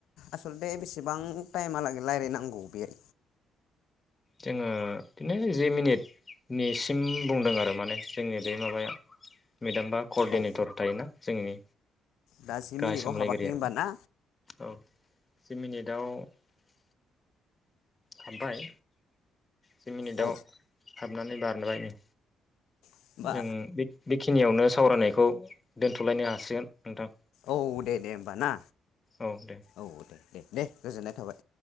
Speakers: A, on the left; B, on the left.
A: आसलथे बेसेबां टाइमहालागै रायज्लायनांगौ बे
B: जोङो बिदिनो जि मिनिटनिसिम बुंदों आरो माने जोंनि बे माबाया मेदाम्बा क अर्डिनेटर
A: औ
B: थायोना जोंनि
A: दा जि
B: गाहाय
A: मिनिटआव
B: सामलायगिरिया
A: हाबाखै होनबा ना
B: औ जि मिनिट <unintelligible> हाबबाय जि मिनिटआव
A: औ
B: हाबनानै <unintelligible>
A: होमबा
B: जोङो <unintelligible> बे खिनियावनो सावरायनायखौ दोनथ'लायनो हासिगोन नोंथां
A: औ दे दे ना
B: औ दे
A: औ दे दे दे गोजोननाय थाबाय